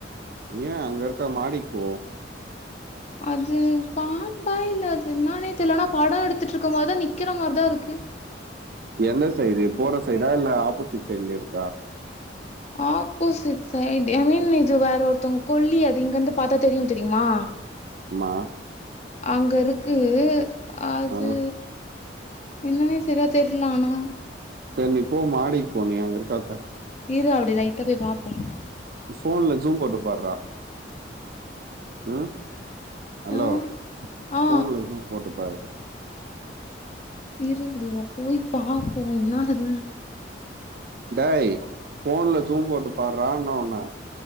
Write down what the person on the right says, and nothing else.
நீ ஏன் அங்கயிருக்க மாடிக்கு போ
எந்த சைடு போற சைடா இல்ல ஆப்போசிட் சைடுல இருந்தா
ம்மா
ஆ
சேரி நீ போ மாடிக்கு போ நீ அங்க இருக்காத
ஃபோன்ல ஜூம் போட்டு பார்ரா ம் ஹலோ
ஃபோன்ல ஜூம் போட்டுப்பாரு
டாய் ஃபோன்ல ஜூம் போட்டு பாறான்ன ஒன்ன